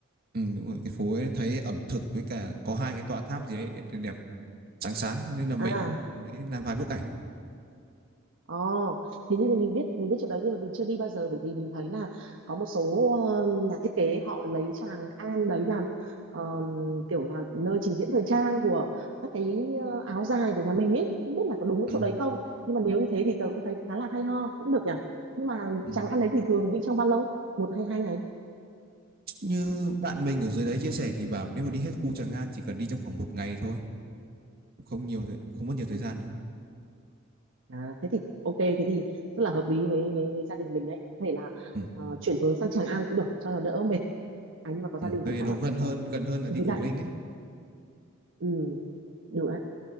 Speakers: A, on the right; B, on the right.
A: Ừ, đúng rồi, cái phố ấy thấy ẩm thực với cả có hai cái tòa tháp gì đấy đẹp, đẹp đẹp sáng sáng nên là mình
B: à
A: cũng nhìn đấy làm vài bức ảnh.
B: Ồ, thế nhưng thì mình biết mình biết chỗ đấy nhưng mà mình chưa đi bao giờ bởi vì mình thấy là có một số ờ, nhà thiết kế họ lấy Tràng An đấy làm ờ, kiểu là nơi trình diễn thời trang của các cái ờ, áo dài của nhà mình ấy không biết là có đúng
A: Ừ.
B: chỗ đấy không nhưng mà nếu như thế thì tớ cũng thấy khá là hay ho cũng được nhở nhưng mà
A: Ừ.
B: Tràng An đấy thì thường đi trong bao lâu một hay hai ngày
A: Như bạn mình ở dưới đấy chia sẻ thì bảo nếu mà đi hết khu Tràng An chỉ cần đi trong khoảng một ngày thôi, cũng không nhiều thời- không mất nhiều
B: Ừ.
A: thời gian đâu.
B: à thế thì ok thế thì rất là hợp lý với với gia đình mình đấy có thể là
A: Ừ.
B: ờ, chuyển hướng sang Tràng An cũng được cho nó đỡ mệt à nhưng mà có gia
A: Ừ,
B: đình
A: tại
B: thì
A: vì
B: chắc
A: nó
B: là
A: gần
B: cũng
A: hơn
B: phải
A: gần hơn
B: suy
A: là đi
B: nghĩ
A: Quảng
B: lại
A: Ninh ấy
B: ừ đúng ạ.